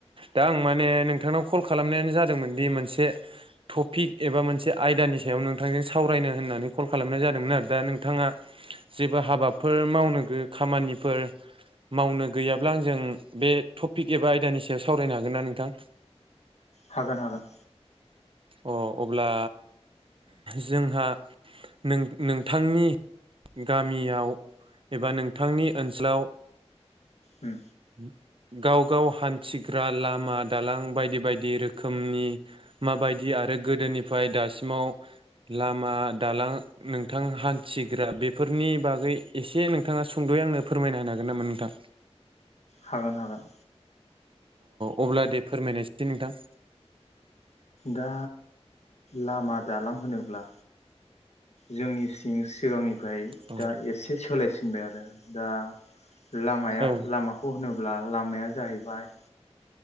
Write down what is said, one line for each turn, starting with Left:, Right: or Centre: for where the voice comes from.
Right: दा आं माने नोंथांनाव कल खालामनायानो जादोंमोन दि मोनसे टपिक एबा मोनसे आयदानि सायाव नोंथांजों सावरायनो होननानै कल खालामनाय जादोंमोन आरो दा नोंथाङा जेबो हाबाफोर मावनो गो खामानिफोर मावनो गैयाब्ला आंजों बे थप पिक एबा आयदानि सायाव सावरायनो हागोन ना नोंथां?
Left: हागोन हागोन।
Right: अ अब्ला जोंहा नों नोंथांनि गामियाव एबा नोंथांनि ओनसोलाव?
Left: उम
Right: उम। गाव गाव हान्थिग्रा लामा दालां बायदि बायदि रोखोमनि माबायदि आरो गोदोनिफ्राय दासिमाव लामा दालां नोंथां हान्थिग्रा बेफोरनि बागै एसे नोंथाङा सुंदयै आंनो फोरमायना होनो हागोन नामा नोंथां?
Left: हागोन हागोन।
Right: अ'अब्ला दे फोरमायनायसाय नोंथां
Left: दा लामा दालां होनोब्ला? जोंनि सिं सिगांनि फ्राय
Right: औ
Left: दा एसे सोलायस उम्बे आरो दा लामाया
Right: औ
Left: लामाखौ होनोब? अब्ला लामाया जाहैबाय